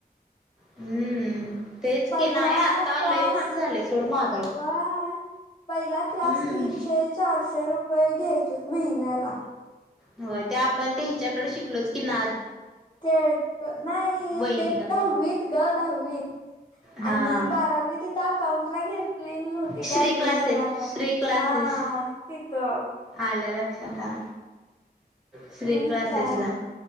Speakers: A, in the centre; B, on the left (about 30°).
A: हम्म, तेच
B: पहिला
A: की नाही आत्ता
B: क्लास
A: लय महाग झालेय सोड महागाई.
B: वा पहिला क्लास
A: हम्म
B: तीनशे, चारशे रुपये घ्यायचेत महिन्याला.
A: हो ते आपण त्या ह्याच्याकडे शिकलोच की ना-
B: ते क नाही
A: वहिनी
B: ते,
A: का
B: दाहावीत
A: कोण
B: ग, दाहावीत.
A: हा
B: आणि बारावी तिथं अकाउंटला घेतली नव्हती
A: श्री
B: काय ऍडमिशन
A: क्लासेस
B: आपण-
A: श्री क्लासेस
B: पण हा, तिथं.
A: आलं लक्षात हा. श्री
B: मग
A: क्लासेसला.
B: काय